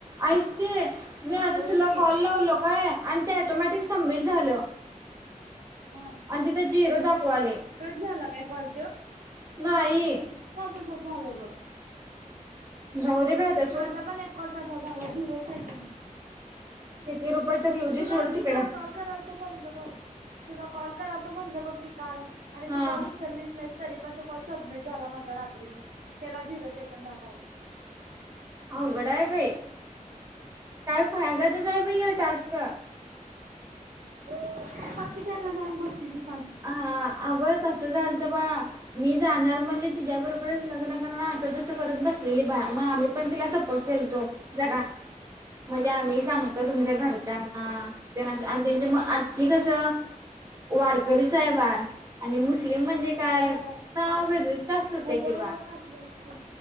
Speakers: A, on the right; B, on the right.
A: ऐक की मी आता
B: बोल
A: तुला
B: की
A: कॉल लावलो काय आणि ते ॲटोमॅटिक
B: हा
A: सबमिट झाल.
B: हा
A: आणि तिथ झिरो दाखवायले
B: कट झाला काय कॉल
A: नाही.
B: तसच झालय बघ.
A: राहू दे बाई. आता सोड
B: माझा पण एक कॉल तसा झालाय झिरो सेकंद.
A: किती रुपये तर येऊ दे
B: तुलाच
A: सोड
B: कि
A: तिकडं
B: काल कॉल क म्हणल बघ तुला कॉल करायचा म्हणल मी काल आणि
A: हा
B: तू कॉल उचलीस नाही तरी पण तो कॉल सबमिट झाला माझा रात्री त्याला झिरो सेकंद दाखवायला.
A: अवघड आहे बाई काय फायदा <unintelligible> टास्क.
B: आताच्या आता सांग भक्तीच सांग.
A: हा अग तस झाल तर बा मी जाणार म्हणजे तिच्या
B: हा
A: बरोबरच लग्न करणार. तस करत बसलेली बा मग आम्ही पण तिला सपोर्ट केलतो जरा. म्हणजे आम्ही सांगतो तुमच्या घरच्यांना
B: हा
A: मग आजची
B: हा
A: कस वारकरी साहेबा आणि मुस्लिम म्हणजे काय
B: व्हय
A: ना
B: कापू
A: वेगळीच कास्ट होत्या
B: खूप वेड
A: की बाळ
B: व कापली असते